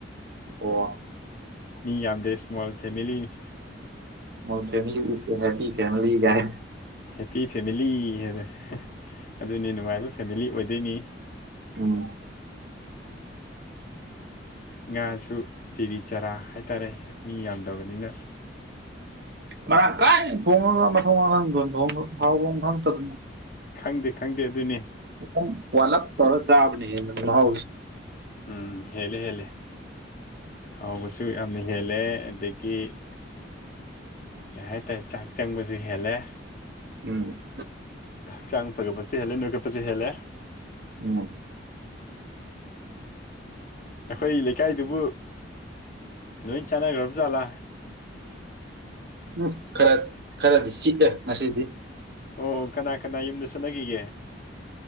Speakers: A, on the right; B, on the left.
A: ꯑꯣ
B: ꯃꯤ ꯌꯥꯝꯗꯦ ꯁ꯭ꯃꯣꯜ ꯐꯦꯃꯤꯂꯤ ꯅꯤ
A: small family is a happy family ꯒꯥꯏ
B: ꯍꯦꯞꯄꯤ ꯐꯦꯃꯤꯂꯤ ꯍꯥꯏꯗ ꯑꯗꯨꯅꯤ ꯅꯨꯡꯉꯥꯏꯕ ꯐꯦꯃꯤꯂꯤ ꯑꯣꯏꯗꯣꯏꯅꯤ
A: ꯎꯝ
B: ꯉꯥꯁꯨ ꯆꯤꯔꯤ ꯆꯔꯥ ꯍꯥꯏꯇꯥꯔꯦ ꯃꯤ ꯌꯥꯝꯗꯕꯅꯤꯅ
A: ꯃꯔꯥꯡ ꯀꯥꯏ ꯊꯣꯡꯉꯒ ꯃꯊꯣꯡ ꯃꯔꯥꯡ ꯈꯪꯗꯅ ꯊꯣꯡꯗꯨ ꯍꯥꯎꯕꯝ ꯈꯪꯇꯕꯅꯤ
B: ꯈꯪꯗꯦ ꯈꯪꯗꯦ ꯑꯗꯨꯅꯤ
A: ꯈꯤꯇꯪ ꯋꯥꯠꯂꯞ ꯇꯧꯔꯒ ꯆꯥꯕꯅ ꯍꯦꯟꯕꯅꯤ ꯃꯍꯥꯎꯖꯦ
B: ꯎꯝ ꯍꯦꯜꯂꯦ ꯍꯦꯜꯂꯦ ꯍꯥꯎꯕꯁꯨ ꯌꯥꯝꯅ ꯍꯦꯜꯂꯦ ꯑꯗꯒꯤ ꯀꯩ ꯍꯥꯏꯇꯥꯔꯦ ꯆꯥꯛ ꯆꯪꯕꯁꯨ ꯍꯦꯜꯂꯦ
A: ꯎꯝ
B: ꯍꯛꯆꯥꯡ ꯐꯒꯠꯄꯁꯨ ꯍꯦꯜꯂꯦ ꯅꯣꯏꯈꯠꯄꯁꯨ ꯍꯦꯜꯂꯦ
A: ꯎꯝ
B: ꯑꯩꯈꯣꯏ ꯂꯩꯀꯥꯏꯗꯨꯕꯨ ꯂꯣꯏ ꯆꯅꯈ꯭ꯔꯕ ꯖꯥꯠꯂꯥ
A: ꯎꯝ ꯈꯔ ꯈꯔꯗꯤ ꯁꯤꯛꯑꯦ ꯉꯁꯤꯗꯤ
B: ꯑꯣ ꯀꯅꯥ ꯀꯅꯥ ꯌꯨꯝꯗ ꯆꯠꯅꯒꯤꯒꯦ